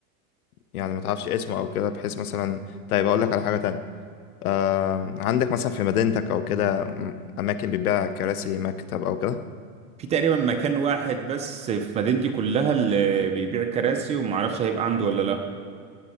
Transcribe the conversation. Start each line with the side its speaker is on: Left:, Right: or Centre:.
Left: يعني ما تعرفش اسمه او كده بحيث مثلا طيب هقول لك على حاجه تانية آه عندك مثلا في مدينتك او كده م- اماكن بتبيع كراسي مكتب او كده
Right: في تقريبا مكان واحد بس في مدينتي كلها اللي بيبيع كراسي ومعرفش هيبقى عنده ولا لا